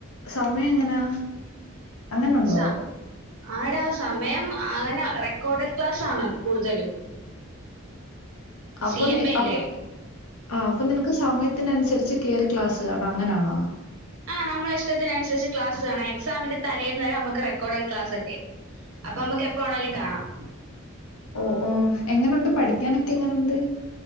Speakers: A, on the left; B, on the right.
A: സമയം എങ്ങനാ? അങ്ങനുണ്ടോ
B: ഷ ആട സമയം അങ്ങനെ റെക്കോർഡഡ് ക്ലാസ് ആണ് കൂടുതലും
A: അപ്പൊ
B: സി എം എ അല്ലേ
A: അപ്പൊ ആ
B: ഉം
A: അപ്പൊ നിനക്ക് സമയത്ത് ത്തിനനുസരിച്ച് കേറി ക്ലാസ് കാണാ അങ്ങനാണാ
B: ആഹ് നമ്മളെ ഇഷ്ടത്തിനുസരിച് ക്ലാസ് കാണ. എക്സാമിന്റെ തലേന്ന് വരെ നമക്ക് ക്ക് റെക്കോർഡഡ് ക്ലാസലേ അപ്പൊ നമ്മുക്ക് എപ്പോ ണേലും കാണാം
A: ഓ ഓ എങ്ങനൊ ണ്ട് പഠിക്കാനൊക്കെ എങ്ങനുണ്ട്